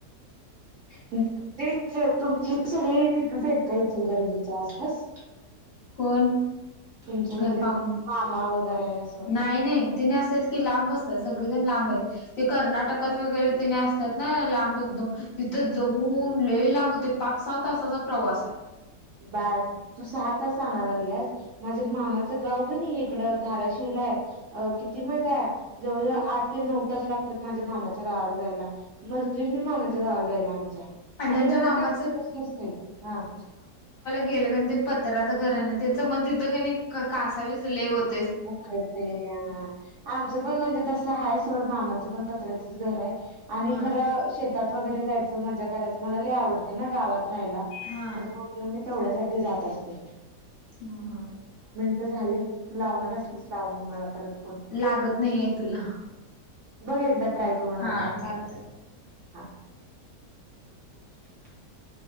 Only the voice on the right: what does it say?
ते तुमची सगळे तिथंच आहेत काय इचलकरंजीच्या आसपास.
तुमचं म्हणजे
मामा वगैरे असं
ब तू सहा तास सांगा लागल्यास माझ्या मामाचं गाव का नाही इकडं धाराशिवली किती माहित आहे जवळजवळ आठ ते नऊ तास लागतात माझ्या मामाच्या गावाला जायला. मरतूय मी मामाच्या गावाला जायला आमच्या आणि
परत
तो दिवस येत नसतोय हा.
उकडतंया. आमचं पण म्हणजे तसं आहे सोड मामाचं पण पत्र्याचंच घर आहे आणि
खरं शेत शेतात वगैरे जायचं मजा करायचं मला आवडते ना गावात राहायला
तर म्हणून मी तेवढ्यासाठी जात असते.
आता झालंय तू लावणार असलीस लाव मग मला परत. फोन
बघ एकदा ट्राय करून
आता
हा. <inaudible>